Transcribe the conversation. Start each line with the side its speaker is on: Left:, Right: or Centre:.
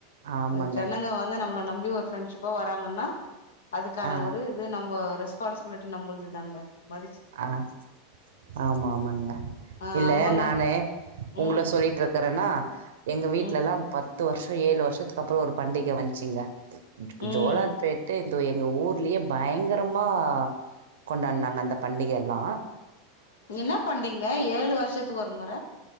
Right: ஆமாங்க
Left: அதுசென்னங்க வந்து நம்மள நம்பி ஒரு ஃபிரெண்ட்ஷிப்பா வராங்கன்னா அதுக்கான
Right: ஆ
Left: ஒரு இது நம்ம ரெஸ்பான்சிபிலிட்டி நம்மளுது தாங்க மதிச்
Right: ஆஹ் ஆமா ஆமாங்க
Left: ஆ
Right: இல்ல
Left: ஆமாங்க
Right: நானு உங்கள
Left: ம்
Right: சொல்லிட் ருக்கறன்னா எங்க வீட்லலாம்
Left: ம்
Right: பத் த்து வருஷோ ஏழு வருஷ்த்துக்கப்றோ ஒரு பண்டிக வந்ச்சிங்க
Left: ம்
Right: ஜோலார் பேட்டு இது எங்க ஊர்லயே பயங்கரமா கொண்டான்னாங்க அந்த பண்டிகல்லா
Left: என்னா பண்டீங்க ஏழு வர்ஷ்த் ஒரு மொற